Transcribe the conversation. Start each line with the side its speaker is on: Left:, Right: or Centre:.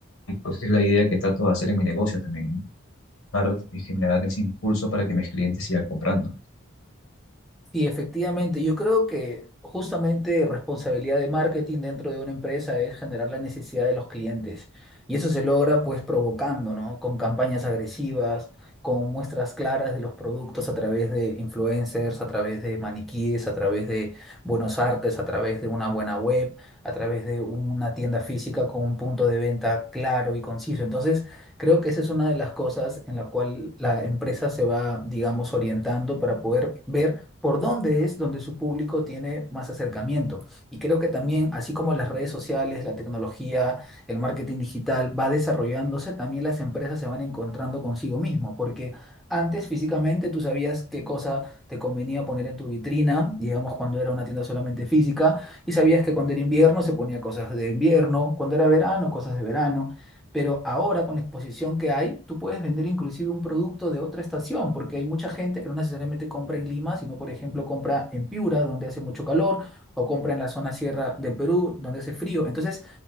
Left: Y pues es la idea que trato de hacer en mi negocio también, ¿no? para generar ese impulso para que mis clientes sigan comprando.
Centre: Sí, efectivamente. Yo creo que justamente responsabilidad de marketing dentro de una empresa es generar la necesidad de los clientes. Y eso se logra pues provocando, ¿no? Con campañas agresivas, con muestras claras de los productos a través de influencers, a través de maniquíes, a través de buenos artes, a través de una buena web, a través de una tienda física con un punto de venta claro y conciso. Entonces, creo que esa es una de las cosas en la cual la empresa se va, digamos, orientando para poder ver por dónde es donde su público tiene más acercamiento. Y creo que también, así como las redes sociales, la tecnología, el marketing digital va desarrollándose, también las empresas se van encontrando consigo mismo, porque antes físicamente tú sabías qué cosa te convenía poner en tu vitrina, digamos cuando era una tienda solamente física, y sabías que cuando era invierno se ponía cosas de invierno, cuando era verano, cosas de verano. Pero ahora con la exposición que hay, tú puedes vender inclusive un producto de otra estación, porque hay mucha gente que no necesariamente compra en Lima, sino por ejemplo compra en Piura, donde hace mucho calor, o compra en la zona sierra del Perú, donde hace frío. Entonces